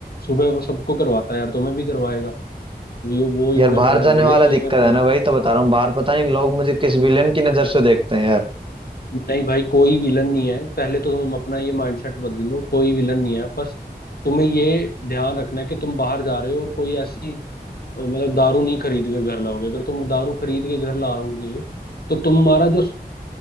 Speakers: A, on the left; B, on the right.
A: सुबह वो सबको करवाता है यार तुम्हें भी करवाएगा यो, वो
B: यार
A: योगा
B: बाहर
A: ट्रेनर
B: जाने
A: बढ़िया
B: वाला
A: रहेगा
B: दिक्कत
A: मेरे को
B: है
A: लग
B: ना भाई तो बता रहा हूँ बाहर पता नहीं लोग मुझे किस विलेन की नजर से देखते हैं यार
A: नहीं भाई कोई विलन नहीं है पहले तो तुम अपना ये माइंडसेट बदल लो कोई विलन नहीं है बस तुम्हें ये ध्यान रखना है कि तुम बाहर जा रहे हो और कोई ऐसी अ, मतलब दारू नहीं खरीद के घर लाओगे अगर तुम दारू खरीद के घर लाओगे तो तुम्हारा जो अब